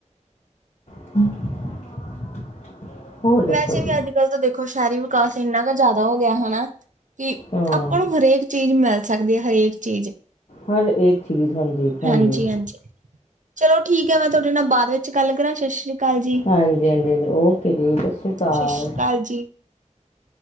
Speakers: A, on the left; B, on the right.
A: <inaudible> <inaudible>
B: ਵੈਸੇ
A: ਜੀ
B: ਵੀ ਅੱਜ ਕੱਲ ਤਾਂ ਦੇਖੋ, ਸ਼ਹਿਰੀ ਵਿਕਾਸ ਇਨਾ ਕ ਜ਼ਿਆਦਾ ਹੋ ਗਿਆ, ਹੈਨਾ? ਕਿ
A: ਹਾਂ
B: ਆਪਾਂ ਨੂੰ ਹਰੇਕ ਚੀਜ਼ ਮਿਲ ਸਕਦੀ ਹੈ, ਹਰੇਕ ਚੀਜ਼।
A: ਹਰ ਏਕ ਚੀਜ਼, ਹਾਂਜੀ ਹਾਂਜੀ।
B: ਹਾਂਜੀ-ਹਾਂਜੀ। ਚਲੋ ਠੀਕ ਹੈ, ਮੈਂ ਤੁਹਾਡੇ ਨਾਲ ਬਾਦ ਵਿੱਚ ਗੱਲ ਕਰਾਂ। ਸ਼੍ਰੀ ਸਤਿ ਅਕਾਲ ਜੀ।
A: ਹਾਂਜੀ, ਹਾਂਜੀ, ਹਾਂਜੀ। ਓਕੇ ਜੀ, ਸਤਿ ਸ਼੍ਰੀ ਅਕਾਲ।
B: ਸਤਿ ਸ੍ਰੀ ਜੀ।